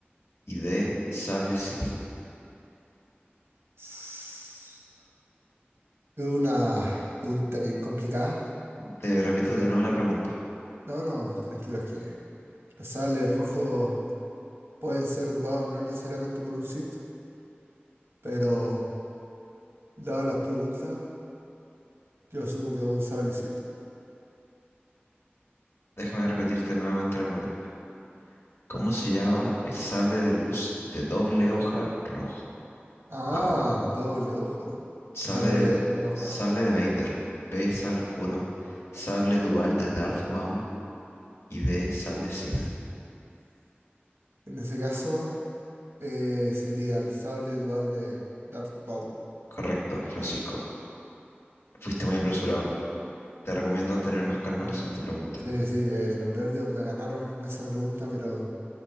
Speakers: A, on the left; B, on the right.
A: Y D. Sable Sith.
B: Es una pregunta bien complicada.
A: Te repito
B: Ya
A: de
B: que-
A: nuevo la pregunta.
B: no, no, tranquilo, es que los sables rojos pueden ser ocupados no necesariamente por un Sith, pero dadas las preguntas, yo asumo que es un sable Sith.
A: Déjame repetirte nuevamente la pregunta. ¿Cómo se llama el sable de luz de doble hoja rojo?
B: Ah,
A: A.
B: doble ojo.
A: Sable
B: O sea, doble,
A: de,
B: doble ojo.
A: sable de Vader. B. Sable oscuro. Sable dual de Darth Maul. Y D. Sable Sith.
B: En ese caso, eh, sería el sable dual de Darth Maul.
A: Correcto, Francisco. Fuiste muy apresurado. Te recomiendo tener más calma
B: Sí,
A: en la siguiente pregunta.
B: sí, sí, eh, los nervios me ganaron en esa pregunta, pero